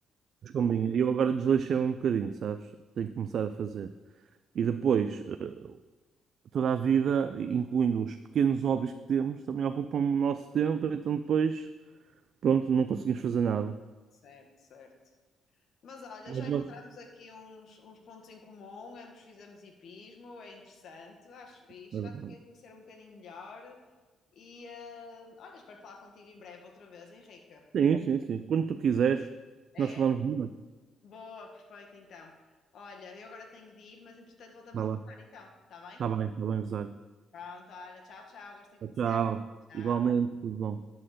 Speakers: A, on the right; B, on the left.
A: Mas combina. Eu agora desleixei um bocadinho, sabes? Tenho que começar a fazer. E depois, eh, toda a vida, incluindo os pequenos hobbies que temos, também ocupam o nosso tempo, então depois, pronto, não conseguimos fazer nada.
B: Certo, certo. Mas olha,
A: Mas,
B: já
A: mas-
B: encontramos aqui uns, uns pontos em comum, ambos fizemos hipismo, é interessante, acho fixe,
A: é
B: já
A: verdade.
B: te fiquei a conhecer um bocadinho melhor e eh, olha, espero falar contigo em breve outra vez, Henrique.
A: Sim, sim, sim. Quando tu quiseres,
B: É?
A: nós falamos melhor.
B: Boa, perfeito então. Olha, eu agora tenho de ir, mas entretanto voltamos
A: Vai
B: a
A: lá.
B: falar então, está bem?
A: Está bem, está bem, Rosário.
B: Pronto, olha, tchau, tchau, gosto em conhecer.
A: Tchau.
B: Tchau.
A: Igualmente, tudo bom.